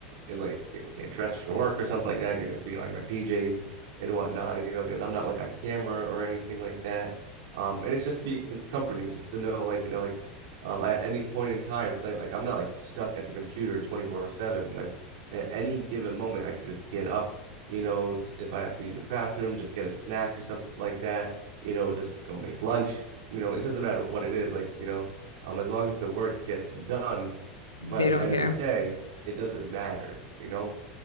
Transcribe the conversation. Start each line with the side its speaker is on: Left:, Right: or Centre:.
Right: and like you know get dressed for work or something like that. I could just be like my PJs and whatnot, you know, because I'm not like on camera or anything like that. Um, and it's just be it's comforting just to know like you know like um at any point in time it's like like I'm not like stuck at the computer 24/7. Like at any given moment I could just get up you know, if I have to use the bathroom, just get a snack or something like that, you know, just go make lunch, you know, it doesn't matter what it is, like, you know, um, as long as the work gets done
Left: They
Right: by the
Left: don't
Right: end
Left: care.
Right: of the day, it doesn't matter, you know